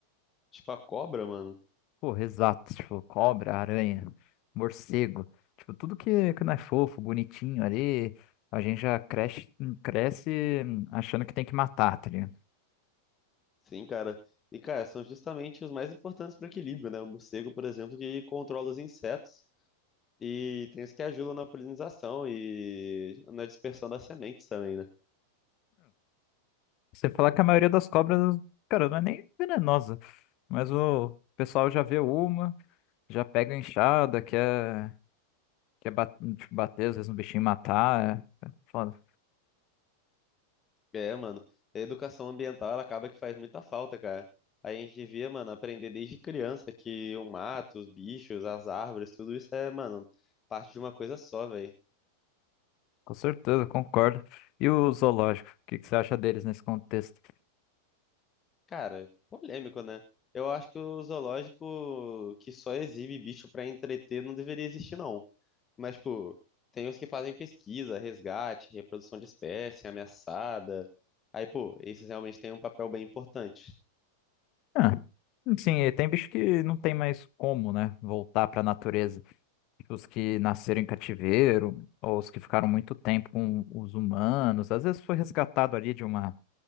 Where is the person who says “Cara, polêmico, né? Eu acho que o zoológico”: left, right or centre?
Left